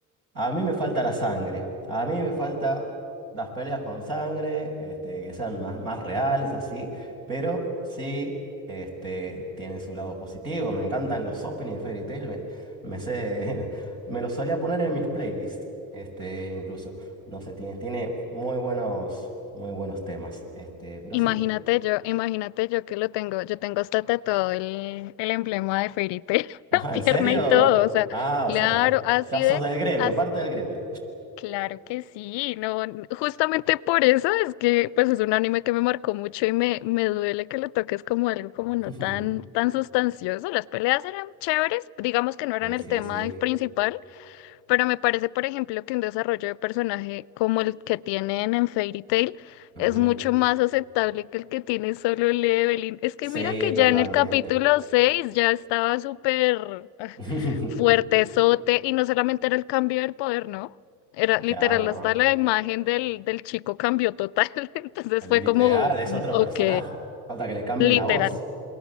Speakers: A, on the right (about 85°); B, on the left (about 70°).
A: A mí me falta la sangre. A mí me falta las peleas con sangre, este, que sean más, más reales, así. Pero sí, este, tiene su lado positivo. Me encantan los openings de Fairy Tail. Me, me sé, <laughs> me los solía poner en mis playlists. Este, incluso. No sé, tiene, tiene muy buenos, muy buenos temas. Este, pero
B: Imagínate
A: sí.
B: yo, imagínate yo que lo tengo, yo tengo hasta tatuado el, el emblema de Fairy Tail, <laughs>
A: Ajá,
B: en la pierna
A: ¿en serio?
B: y todo, o sea,
A: Ah,
B: claro,
A: o sea que ya,
B: así
A: ya
B: de,
A: sos del gremio,
B: as-
A: parte del gremio.
B: claro que sí, no, n- justamente por eso es que, pues es un anime que me marcó mucho y me, me duele que lo toques como algo como
A: <laughs>
B: no tan, tan sustancioso, las peleas eran chéveres, digamos que no eran
A: Sí,
B: el
A: sí,
B: tema
A: sí.
B: principal, pero me parece, por ejemplo, que un desarrollo de personaje como el que tienen en Fairy Tail
A: Ujú.
B: es mucho más aceptable que el que tiene solo Evelyn. Es que
A: Sí,
B: mira que
A: totalmente.
B: ya en el capítulo 6 ya estaba súper ah,
A: <laughs>
B: fuertezote y no solamente era el cambio del poder, ¿no? Era literal,
A: Claro, ¿no?
B: hasta la imagen del, del chico cambió total. <laughs> Entonces
A: El
B: fue
A: literal
B: como,
A: es
B: mm,
A: otro
B: ok,
A: personaje. Falta que le cambien
B: literal.
A: la voz.